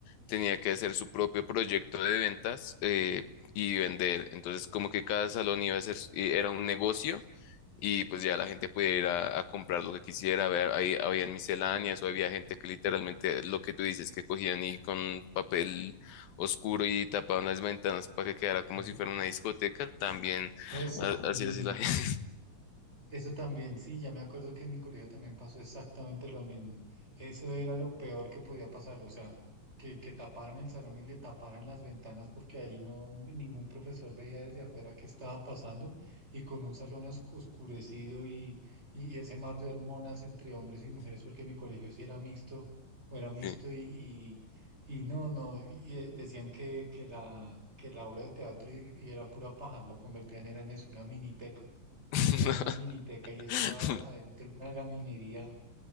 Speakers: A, on the left (about 80°); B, on the right (about 15°).
A: tenía que hacer su propio proyecto de ventas. eh, y vender. Entonces, como que cada salón iba a ser, eh, era un negocio y pues ya la gente podía ir a, a comprar lo que quisiera. Ver, ahí habían misceláneas o había gente que literalmente lo que tú dices, que cogían y con papel oscuro y tapaban las ventanas para que quedara como
B: Sí.
A: si fuera una discoteca. También
B: Eso,
A: ha-
B: mini,
A: así así la gente.
B: Eso también, sí, ya me acuerdo que en mi colegio también pasó exactamente lo mismo. Eso era lo peor que podía pasar, o sea, que, que taparan el salón y le taparan las ventanas porque ahí no ningún profesor veía desde afuera qué estaba pasando y con un salón os- oscurecido y, y, y ese mar de hormonas entre hombres y mujeres, porque mi colegio sí era mixto o era mixto
A: <laughs>
B: y, y, y no, no, y eh, decían que, que la, que la obra de teatro y, y era pura paja, lo convertían era en eso, una miniteca
A: Sí. <laughs>
B: era una miniteca y eso era adentro una gaminería